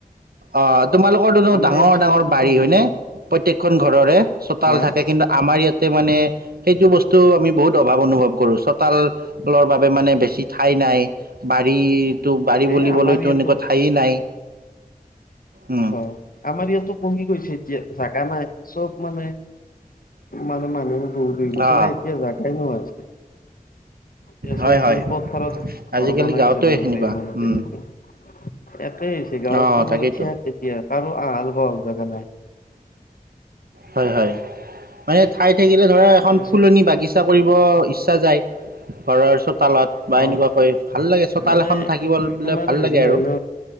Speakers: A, on the right (about 80°); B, on the left (about 70°).
A: অ', তোমালোকৰটোোনো
B: আমাৰ
A: ডাঙৰ,
B: ইয়াত চোপাটো
A: ডাঙৰ বাৰী
B: সৰু
A: হয়নে? প্ৰত্যেকখন ঘৰৰে চোতাল
B: হা
A: থাকে কিন্তু আমাৰ ইয়াত মানে সেইটো বস্তু আমি বহুত অভাৱ অনুভৱ কৰো। চোতালৰ বাবে মানে বেছি ঠাই নাই। বাৰীতো বাৰী
B: এ
A: বুলিবলৈতো
B: আমাৰ ইয়াতো
A: এনেকুৱা ঠাইে নাই। উম
B: হয়। আমাৰ ইয়াতো কঙি গৈছে এতিয়া জাগা নাই চব মানে মানে মানুহ বহুত গিছি
A: অ
B: নাই এতিয়া জাগাই নোহোৱা হৈছে। য়া চত
A: হয় হয়
B: মানে ক'তথাৰত
A: আজিকালি
B: ঘৰ বনাই
A: গাঁৱতে
B: আছে গমতে
A: সেনেকুৱা
B: মানে
A: উম
B: তেনেকে একেই হৈছে গাঁৱতোৰ
A: অ' তাকেইতো
B: মানে খে তেতিয়া কাৰো আহাল বাহল জোগা নাই।
A: হয়, হয় মানে ঠাই থাকিলে ধৰা এখন
B: মানে
A: ফুলনি
B: চব
A: বাগিচা কৰিব ইচ্ছা যায় ঘৰৰ চোতালত। বা
B: হয়
A: এনেকুৱা ক ভাল লাগে চোতাল
B: মানে
A: এখন থাকিবলে
B: তোমাৰ
A: ভাল
B: হেৰি
A: লাগে আৰু।
B: হয় ন